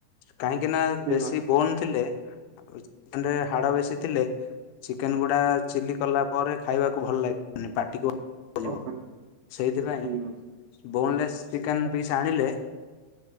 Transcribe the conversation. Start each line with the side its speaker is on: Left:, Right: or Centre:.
Left: କାହିଁକି ନା
Right: ଠିକ୍
Left: ବେଶୀ ବୋନ ଥିଲେ ଚିକେନରେ ହାଡବେଶୀ ଥିଲେ। ଚିକେନ ଗୁଡା ଚିଲି କଲା ପରେ ଖାଇବାକୁ ଭଲ ଲାଗିବନି ପାଟିକୁ ଇଏ
Right: ଅଛି
Left: କରିବ। ସେଇଥିପାଇଁ
Right: ଠିକ୍ ଅଛି
Left: ବୋନଲେସ୍ ଚିକେନ୍
Right: ଆଛା
Left: ପିସ୍ ଆଣିଲେ